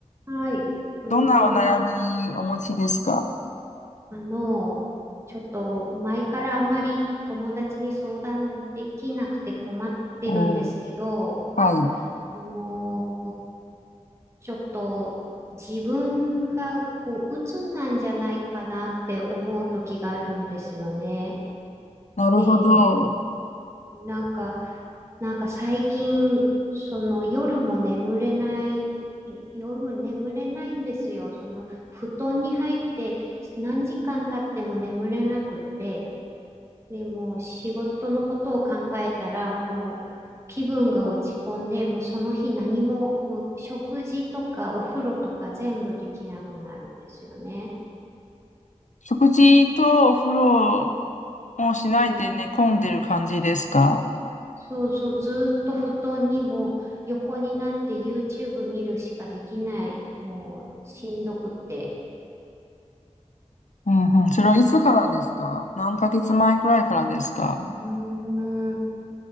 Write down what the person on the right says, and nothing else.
はい、こんにちは。
あの、ちょっと前からあんまり友達に相談できなくて困ってるんですけど、
あの、ちょっと自分がこう、鬱なんじゃないかなって思う時があるんですよね。
で、なんかなんか最近、その夜も眠れない、夜も眠れないんですよ。その布団に入って何時間経っても眠れなくて、でもう仕事のことを考えたらもう気分が落ち込んで、もうその日何も、もう食事とかお風呂とか全部できなくなるんですよね。
うん。そうそう、ずーっと布団にも横になって YouTube 見るしかできない。もうしんどくて。
うーん。